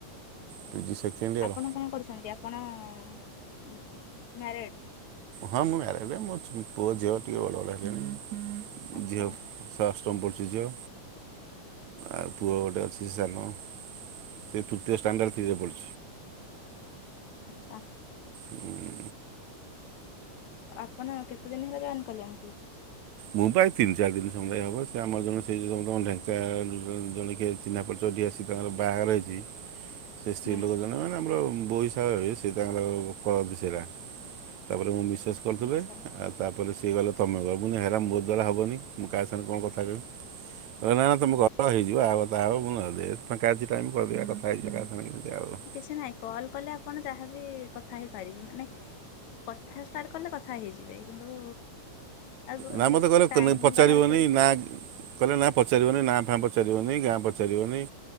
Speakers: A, on the right; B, on the left.
A: PG second year
B: ଆପଣ କଣ କରୁଛନ୍ତି ଆପଣ ମ୍ୟାରେଡ଼୍?
A: ହଁ ମୁଁ ମ୍ୟାରେଡ ମୋ ପୁଅ ଝିଅ ଟିକେ ବଡ଼ ବଡ଼ ହେଲିଣି
B: ଆଚ୍ଛା
A: ଝିଅ ଅଷ୍ଟମ ପଢୁଛି ଝିଅ ଆଉ ପୁଅ ଗୋଟେ ଅଛି ସାନ ସେ ତୃତୀୟ ଷ୍ଟାଣ୍ଡଟ <inaudible> ପଢୁଛି।
B: ଆଚ୍ଛା।
A: ହୁଁ।
B: ଆପଣ କେତେ ଦିନ ହେଲା ଜଏନ୍ କଲେଣି?
A: ମୁଁପା ଏଇ ତିନି ଚାରି ଦିନ ସମୟ ହବ ସେ ଆମର ଜଣେ ସେ ଢେଙ୍କା ଜଣେ କିଏ ଚିହ୍ନା ପରିଚୟ ଦିଆ ଆସି ତାଙ୍କର ବାହାଘର ହେଇଛି। ସେ ସ୍ତ୍ରୀଲୋକ
B: ହୁଁ
A: ଜଣେ ନା ଆମର ବୋହୂ ହିସାବରେ ହେବେ ସିଏ ତାଙ୍କର କରନ୍ତି ସେଇରା। ତାପରେ ମୁଁ ମିଶେସ୍ କରିଦେବେ
B: ଆଚ୍ଛା।
A: ଆଉ ତାପରେ ସିଏ କହିଲେ ତମେ କର। ହେରା ମୋ ଦ୍ୱାରା ହବନି ମୁଁ କାହା ସାଙ୍ଗରେ କଣ କଥାହେବି। କହିଲ ନା ତମ ଘର ହେଇଯିବ ଆ କଥା ହବ କଣ ହୋଉଛି। ଫାଙ୍କା ଅଛି ଟାଇମ୍ କରିଦେଵା କଥା ହେଇଜିବା ଏମତି।
B: କିଛି ନାହିଁ କଲ୍ କଲେ ଆପଣ ଯାହାବି କଥା ହେଇପାରିବେ। ମାନେ କଥା ଷ୍ଟାର୍ଟ କଲେ କଥା ହେଇଯିବେ କିନ୍ତୁ ଆଉ
A: ନା ମତେ କହିଲେ
B: ଟାଇମ୍
A: ପଚାରିବନେହି
B: ବାହାର କରିକି
A: ନା କହିଲେ ନା ପଚାରିବନି ନାଁ ଫାଁ ପଚାରିବନି ଗାଁ ପଚାରିବନି।